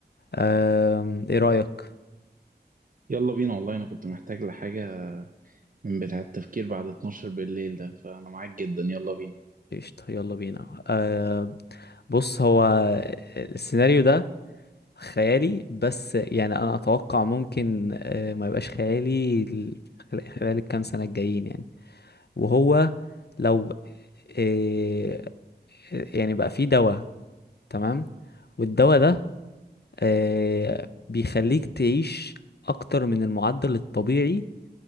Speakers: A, on the left (about 70°); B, on the right (about 50°).
A: آم، ايه رأيك
B: يلا بينا والله انا كنت محتاج لحاجة من بتاع التفكير بعد 12 بالليل ده فانا معاك جدا يلا بينا
A: قشطة يلا بينا أه بص هو السيناريو ده خيالي بس يعني انا اتوقع ممكن أه ما يبقاش خيالي ال- خل- خلال الكام سنة الجايين يعني وهو لو أه يعني بقى فيه دواء تمام والدواء ده أه بيخليك تعيش اكتر من المعدل الطبيعي